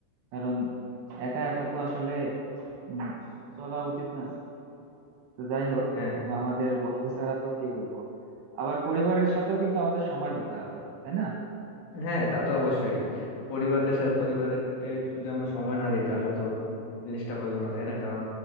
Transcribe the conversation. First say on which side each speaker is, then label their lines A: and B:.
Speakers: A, on the right (about 80°); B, on the left (about 70°).
A: কারণ একা একা তো আসলে উম, চলা উচিত না তো যাই হোক
B: হ্যাঁ
A: তো আমাদের বন্ধু ছাড়া তো কি বলবো আবার পরিবারের সাথেও কিন্তু আমাদের সময় দিতে হবে তাই না
B: হ্যাঁ তা তো অবশ্যই পরিবারদের সাথে পরিবারের এ, যদি আমরা সময় না দিই তাহলে তো জিনিসটা হইলো না তাই না কারণ